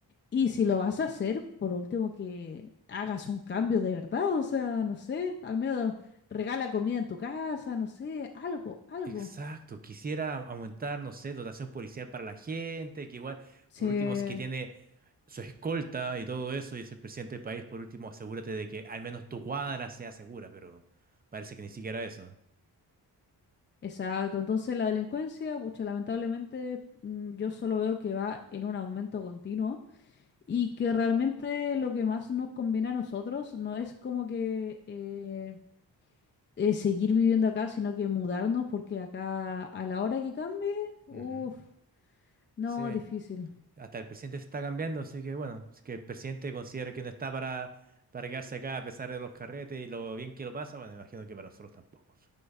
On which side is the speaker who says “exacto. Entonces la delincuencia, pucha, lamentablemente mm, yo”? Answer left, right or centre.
Left